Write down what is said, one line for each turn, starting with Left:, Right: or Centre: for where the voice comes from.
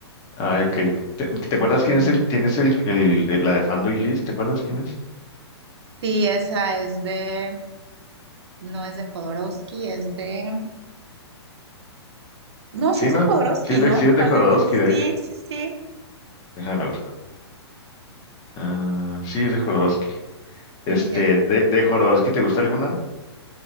Left: Ah, ok. ¿Te, te
Right: No.
Left: acuerdas quién es el, quién es el, el de la de Fando y Liz? ¿Te acuerdas quién es?
Right: Sí, esa es de, no es de Jodorowsky, es de, no,
Left: Sí,
Right: sí es
Left: no,
Right: de Jodorowsky,
Left: sí es de,
Right: ¿no?
Left: sí es de
Right: Fan
Left: Jorodowski,
Right: de mí. Sí,
Left: de hecho.
Right: sí, sí.
Left: Déjame la busco. Ah, sí, es de Jorodowski. Este,
Right: Sí, sí, es de
Left: de, de Jorodowski, ¿te gusta alguna?